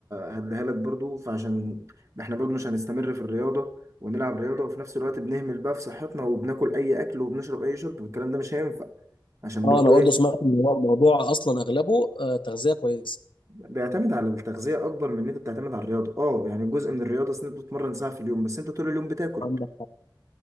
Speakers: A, on the right (about 35°); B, on the left (about 80°).
A: هديها لك برضو فعشان احنا برضو مش هنستمر في الرياضه ونلعب رياضه وفي نفس الوقت بنهمل بقى في صحتنا وبناكل اي اكل وبنشرب اي شرب والكلام ده مش هينفع عشان
B: اه
A: برضو
B: انا برضو
A: ايه
B: سمعت ان هو الموضوع اصلا اغلبه آه، تغذيه كويسه
A: بيعتمد على التغذية أكبر من إن أنت بتعتمد على الرياضة أه يعني جزء من الرياضة أصل أنت بتتمرن ساعة في اليوم بس أنت طول اليوم بتاكل
B: عندك حق